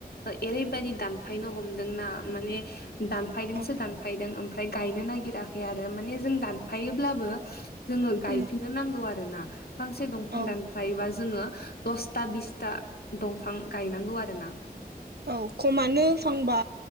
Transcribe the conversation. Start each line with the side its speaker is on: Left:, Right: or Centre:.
Left: ओरैबायदि दानफायनो हमदोंना माने दान दानफायदोंसो
Right: औ
Left: दानफायदों ओमफ्राय गायनो नागिराखै आरो माने जों दानफायोब्लाबो जोङो गायफिननो
Right: उम
Left: नांगौ आरो ना फांसे दंफां
Right: औ
Left: दानफायोबा जोङो दसथा बिसथा दंफां गायनांगौ आरोना
Right: औ खमानो फांबा